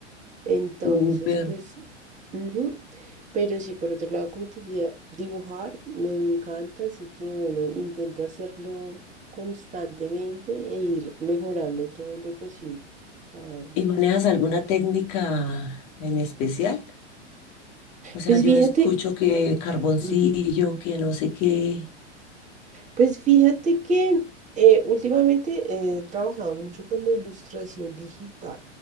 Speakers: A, on the right; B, on the left.
A: Entonces,
B: Súper.
A: pues Ujú. Pero sí, por otro lado, como te decía, dibujar me encanta, así que bueno, intento hacerlo constantemente e ir mejorando todo lo posible cada vez.
B: ¿Y manejas alguna técnica en especial? O sea,
A: Pues
B: yo
A: fíjate,
B: escucho que carboncillo,
A: ujú,
B: que no sé qué.
A: pues fíjate que eh, últimamente he trabajado mucho con la ilustración digital,